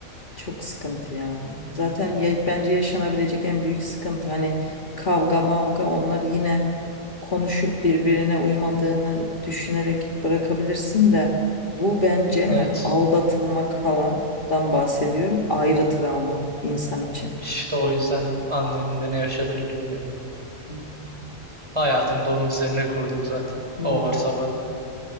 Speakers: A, on the left; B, on the right.
A: Çok sıkıntı ya. Zaten ya, bence yaşanabilecek en büyük sıkıntı hani kavga mavga onlar yine konuşup birbirine uymadığını düşünerek bırakabilirsin de bu bence
B: Evet.
A: hani aldatılmak falandan bahsediyorum ayrı travma insan için.
B: İşte o yüzden annemin de ne yaşadığını bilmiyorum.
A: Hmm.
B: Hayatımda onun üzerine kurdum zaten.
A: Hmm.
B: O varsa var.